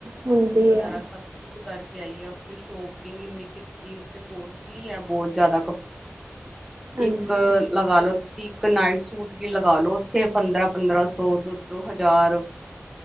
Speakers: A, on the right (about 65°); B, in the centre.
A: ਹੁੰਦੀ
B: ਵਗੈਰਾ
A: ਹੈ,
B: ਸਭ ਕੁ ਕਰਕੇ ਆਈ ਆ ਉੱਤੇ ਸ਼ੋਪਿੰਗ ਕੀਤੀ ਉੱਤੇ ਪੋਸਟ ਨਹੀਂ ਐ ਬਹੁਤ ਜਿਆਦਾ।
A: ਹਾਂਜੀ।
B: ਇੱਕ ਲਗਾ ਲਓ ਤੁਸੀਂ, ਕਨਾਡ ਸੂਟ ਵੀ ਲਗਾ ਲਓ ਉੱਥੇ ਪੰਦਰਾ-ਪੰਦਰਾ ਸੋ ਪੰਚੀ ਹਜਾਰ,